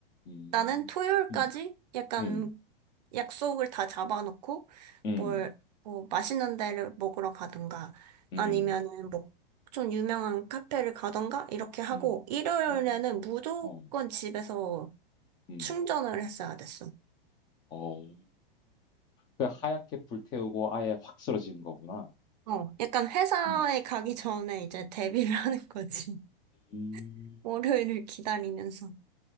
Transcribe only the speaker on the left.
음,
음,
음,
음,
음,
음,
어,
어,
음,
어. 그 하얗게 불태우고 아예 확 쓰러지는 거구나.
음.
음.